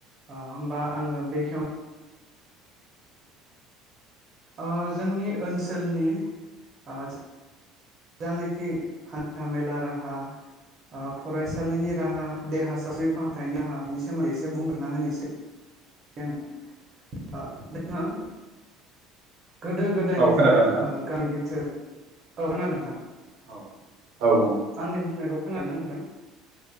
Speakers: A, on the right (about 45°); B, on the right (about 75°).
A: ओ होमबा आङो बेखेव ओ जोंनि ओनसोलनि ओ जानाखि हान्था मेला राहा ओ फरायसालिनि राहा देहा सावस्रि फाहामथायनि राहा बेनि सोमोन्दै एसे बुंग्रोना होनोसै। <unintelligible> गोदो गोदायनिफ्राय
B: औ खोनादों नोंथां
A: ओ गामि बिथोर औक्षखोनादों नोंथां?
B: औ औ औ।
A: आंनि बुंनायखौ खोनादों ना नोंथां?